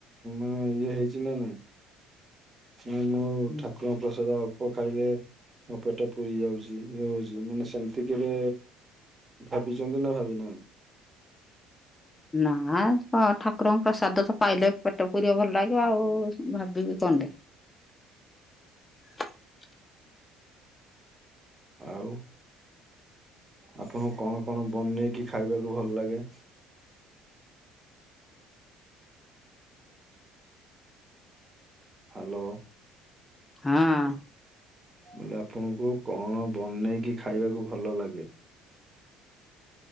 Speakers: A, on the right; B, on the left.
A: ମାନେ ଇଏ ହେଇଚି ନା ନାଇଁ? ମାନେ ମୁଁ
B: ହୁଁ
A: ଠାକୁରଙ୍କ ପ୍ରସାଦ ଅଳ୍ପ ଖାଇଲେ ମୋ ପେଟ ପୁରି ଯାଉଚି ଇଏ ହଉଚି ମାନେ ସେମତି କେଭେ ଭାବିଚନ୍ତି ନା ଭାବିନାହାନ୍ତି?
B: ନା ଠାକୁରଙ୍କୁ ପ୍ରସାଦ ତ ପାଇଲେ ପେଟ ପୁରିବ ଭଲ ଲାଗିବ ଆଉ ଭାବିବି କଣ ଟେ। <inaudible>
A: ଆଉ ଆପଣଙ୍କୁ କଣ କଣ ବନେଇକି ଖାଇବାକୁ ଭଲ ଲାଗେ? ହାଲୋ।
B: ହଁ।
A: ମୁଁ କହିଲି ଆପଣଙ୍କୁ କଣ ବନେଇକି ଖାଇବାକୁ ଭଲ ଲାଗେ?